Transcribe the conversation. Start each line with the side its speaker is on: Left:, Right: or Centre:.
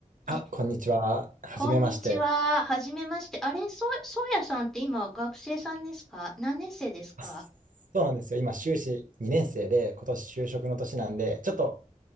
Right: あ、
Centre: え、
Right: こんにちは。はじめまして。
Centre: こんにちは。はじめまして。あれ、そう、そうやさんって今学生さんですか何年生ですか
Right: あそうなんですよ。今、修士2年生で、今年就職の年なんで、ちょっと